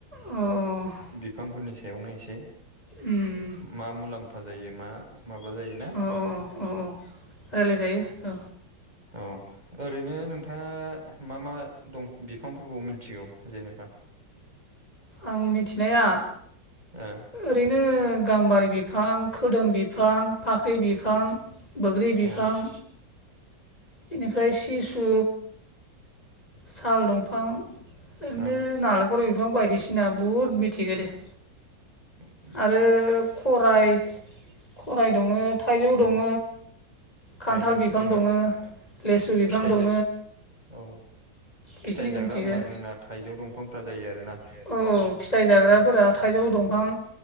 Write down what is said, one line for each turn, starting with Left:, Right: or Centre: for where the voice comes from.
Left: अ अ
Right: बिफांफोरनि सायावनो एसे
Left: उम
Right: मा मुलाम्फा जायो मा? माबा जायोना
Left: अ औ औ रायलायजायो औ
Right: औ ओरैनो नोंथाङा मा मा दं बिफांफोरखौ मिथिगौ जेनेबा?
Left: आं मिथिनाया
Right: ओ
Left: ओरैनो गाम्बारि बिफां खोदोम बिफां फाख्रि बिफां बैग्रि बिफां
Right: औ
Left: बेनिफ्राय सिसु साल दंफां ओरैनो
Right: ओं
Left: नालेंखर बिफां बायदिसिना बहुद मिथिखो दे।
Right: उम
Left: आरो खराइ खराइ दङ थाइजौ दङ।
Right: उम
Left: खान्थाल
Right: थाइजौ
Left: बिफां
Right: जोंना
Left: दङ लेसु बिफां
Right: फिथाइ
Left: दङ
Right: औ
Left: बेखिनिखौ
Right: फिथाइ जाग्रा
Left: मिथिगौ
Right: होनोबा जोंना थाइजौ दंफांफ्रा जायो आरो ना।
Left: औ औ फिथाइ जाग्राफोरा थाइजौ दंफां